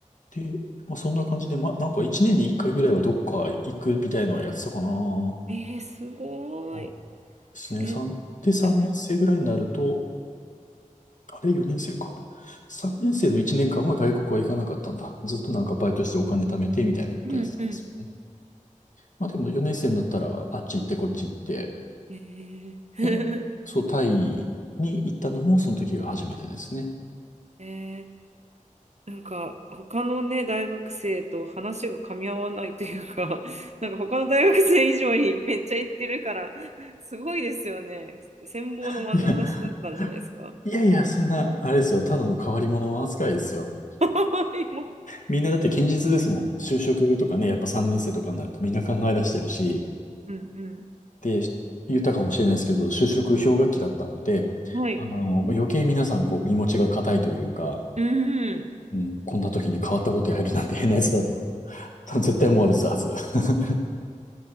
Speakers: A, on the left; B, on the right.
A: で、まあ、そんな感じで、まあ、なんか1年に1回ぐらいはどっか行くみたいのはやってたかな。
B: えー、すごい。
A: あ、ですね。
B: え、
A: 3、で、3年生ぐらいになると、
B: うん。
A: あれ、4年生か。3年生の1年間は外国は行かなかったんだ。ずっとなんかバイトしてお金貯めてみたいなことやってたんです
B: うん。うん。
A: まあでも4年生になったらあっち行ってこっち行って、
B: えー
A: で、
B: <laughs>
A: そう、タイに行ったのもその時が初めてですね。
B: えー、なんか他のね大学生と話が噛み合わないというか、<laughs> なんか他の大学生以上にめっちゃ行ってるから、すごいですよね。羨望の眼差しだったんじゃないですか。
A: <laughs> いや、いやいや、そんな、あれですよ、ただの変わり者扱いですよ。
B: <laughs> 今
A: みんなだって堅実ですもん。就職とかね、やっぱ3年生とかになるとみんな考え出してるし、
B: うんう
A: で、言ったかもしれないですけど、就職氷河期だったので、
B: んはい。
A: あの、余計皆さんこう身持ちが固いというか、
B: うんうん。
A: うん、こんな時に変わったことやるなんて変なやつだと、<laughs> 多分絶対思われてたはず。<laughs>